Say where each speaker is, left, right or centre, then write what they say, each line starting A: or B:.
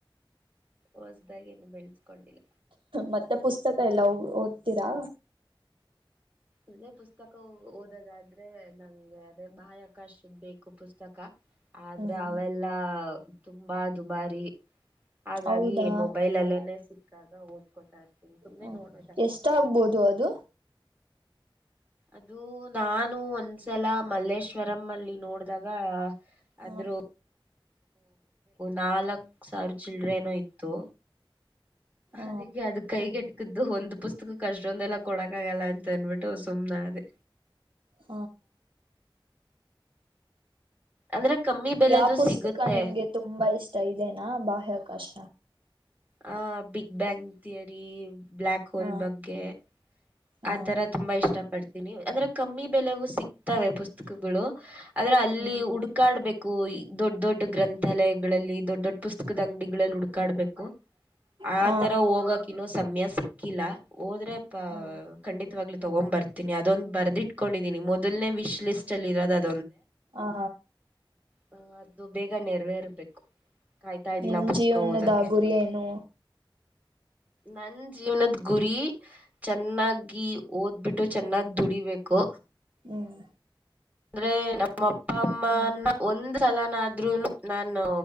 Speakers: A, on the right (about 15°); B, on the right (about 70°).
A: ಹೊಸ್ದಾಗಿ ನು ಬೆಳೆಸ್ಕೊಂಡಿಲ್ಲ
B: ಮತ್ತೆ ಪುಸ್ತಕ ಎಲ್ಲಾ ಓದ್ತೀರಾ
A: ಅದೇ ಪುಸ್ತಕ ಓದೋದಾದ್ರೆ ನಂಗಗೆ ಅದೇ ಬಾಹ್ಯಾಕಾಶದ ಬೇಕು ಪುಸ್ತಕ ಆದ್ರೆ
B: ಹ್ಮ್
A: ಅವೆಲ್ಲಾ ತುಂಬಾ ದುಬಾರಿ ಹಾಗಾಗಿ
B: ಹೌದಾ
A: ಮೊಬೈಲ್ ಅಲ್ಲೇನೆ ಸಿಕ್ತ ಾಗ ಓದ್ಕೋತಾ ಇರ್ತೀನಿ ಸುಮ್ನೆ
B: ಹ
A: ನೋಡೋದಷ್ಟ
B: ಎಷ್ಟಾಗ್ಬೋದು ಅದು
A: ಅದು ನಾನು ಒಂದ್ಸಲ ಮಲ್ಲೇಶ್ವರಂ ಅಲ್ಲಿ ನೋಡ್ದಾಗ ಅದ್ರ
B: ಹ್ಮ
A: ನಾಲ್ಕ್ ಸಾರು ಚಿಲ್ಡ್ರೇನು ಇತ್ತು
B: ಹ
A: ಅದಕ್ಕೆ ಅದ ಕೈಗೆಟ್ಟ ು ಒಂದ್ ಪುಸ್ತಕ ಅಷ್ಟೊಂದ ಎಲ್ಲ ಕೊಡಕ ಆಗಲ್ಲ ಅಂತ ಅನ್ಬಿಟ್ಟು ಸುಮ್ನೆ ಅದೇ
B: ಹ
A: ಅಂದ್ರೆ ಕಮ್ಮಿ ಬೆಲೆದು
B: ಯಾವ ಪುಸ್ತಕ
A: ಸಿಗುತ್ತೆ
B: ನಿಮ್ಗೆ ತುಂಬಾ ಇಷ್ಟ ಇದನಾ ಬಾಹ್ಯಾಕಾಶ
A: ಆ ಬಿಗ್ ಬ್ಯಾಂಗ್ ಥಿಯರಿ ಬ್ಲಾಕ್ ಹೋಲ್
B: ಹ
A: ಬಗ್ಗೆ
B: ಹ
A: ಆ ತರ ತುಂಬಾ ಇಷ್ಟ ಪಡ್ತೀನಿ ಅಂದ್ರೆ ಕಮ್ಮಿ ಬೆಲೆವುೂ ಸಿಗ್ತವೆ ಪುಸ್ತಕಗಳು ಆದ್ರೆ ಅಲ್ಲಿ
B: ಹ್ಮ್
A: ಹುಡ್ಕಾಡ್ಬೇಕು ದೊಡ್ಡ ದೊಡ್ಡ ಗ್ರಂಥಾಲಯಗಳಲ್ಲಿ ದೊಡ್ಡ ದೊಡ್ಡ ಪುಸ್ತಕ ದ ಅಂಗಡಿಗಳಲ್ಲಿ ಹುಡ್ಕಾಡ್ಬೇಕು ಆತರ
B: ಹ
A: ಹೋಗಕ ಇನ್ನ ಸಮಯ ಸಿಕ್ಕಿಲ್ಲ ಹೋದ್ರೆ ಪ
B: ಹ
A: ತ್ವಾಗ್ಲೂ ತಗೊಬರ್ತೀನಿ ಅದೊಂದು ಬರ್ದಿಟ್ಕೊಂಡೀನಿ ಮೊದನೇ ವಿಶ್ ಲಿಸ್ಟಲ್ಲಿ ಇರೋದು ಅದು
B: ಹಾ
A: ಹಾ ಅದು ಬೇಗ ನೆರವೇರ್ಬೇಕು ಕಾಯ್ತಾ ಇದ್ದೀನ
B: ನಿಮ್
A: ಆ ಪುಸ್ತಕ
B: ಜೀವನದ
A: ಓದಕ್ಕೆ
B: ಗುರಿ ಏನು
A: ನನ್ ಜೀವನದ ಗುರಿ ಚೆನ್ನ. ಓದ್ಬಿಟ್ಟು ಚೆನ್ನಾಗ ದುಡಿಬೇಕು
B: ಹ್ಮ್
A: ಅಂದ್ರೆ ನಮ್ಮ ನಮ್ಮ ಅಪ್ಪಾ ಅಮ್ಮ
B: ಹ್ಮ್
A: ಒಂದು ಸಲಾನಾದದ್ರುನು ನಾನು